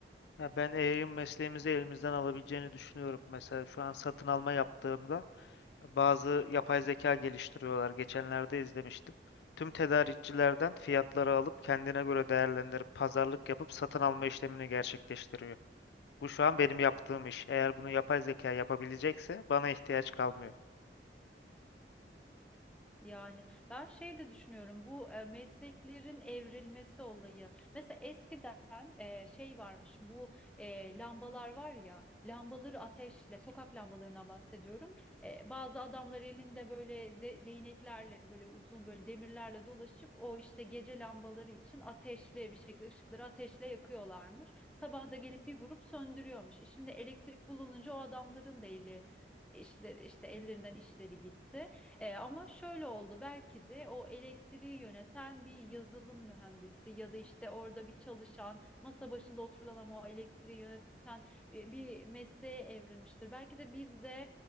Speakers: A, on the left; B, in the centre.
A: Ya ben AI'ın mesleğimizi elimizden alabileceğini düşünüyorum. Mesela şu an satın alma yaptığımda bazı yapay zeka geliştiriyorlar. Geçenlerde izlemiştim. Tüm tedarikçilerden fiyatları alıp kendine göre değerlendirip pazarlık yapıp satın alma işlemini gerçekleştiriyor. Bu şu an benim yaptığım iş. Eğer bunu yapay zeka yapabilecekse bana ihtiyaç kalmıyor.
B: Yani ben şey de düşünüyorum bu e, mesleklerin evrilmesi olayı. Mesela eskiden e, şey varmış bu e, lambalar var ya lambaları ateşle sokak lambalarından bahsediyorum. E, bazı adamlar elinde böyle de- değneklerle böyle uzun böyle demirlerle dolaşıp o işte gece lambaları için ateşli bir şekilde ışıkları ateşle yakıyorlarmış. Sabah da gelip bir grup söndürüyormuş. E, Şimdi elektrik bulununca o adamların da eli işte, işte ellerinden işleri gitti. E, ama şöyle oldu belki de o elektriği yöneten bir yazılım mühendisi ya da işte orada bir çalışan masa başında oturulan ama o elektriği yöneten e, bir mesleğe evrilmiştir. Belki de biz de